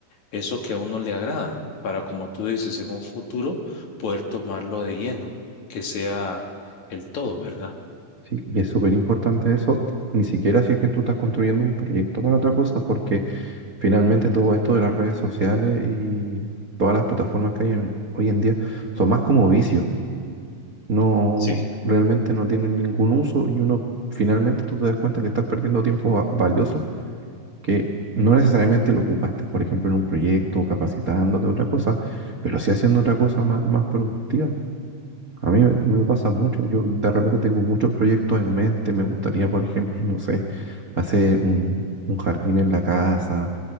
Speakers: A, on the left; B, on the right.
A: eso que a uno le agrada, para como tú dices, en un futuro poder tomarlo de lleno, que sea el todo, ¿verdad?
B: Sí, y es súper importante eso, ni siquiera si es que tú estás construyendo un proyecto para otra cosa, porque finalmente todo esto de las redes sociales y todas las plataformas que hay en- hoy en día son más como vicios, no,
A: Sí,
B: realmente no tienen ningún uso y uno finalmente tú te das cuenta que estás perdiendo tiempo va- valioso que no necesariamente lo ocupaste, por ejemplo, en un proyecto, capacitándote, otra cosa, pero sí haciendo otra cosa más, más productiva. A mí me me pasa mucho, yo de repente tengo muchos proyectos en mente, me gustaría, por ejemplo, no sé, hacer un, un jardín en la casa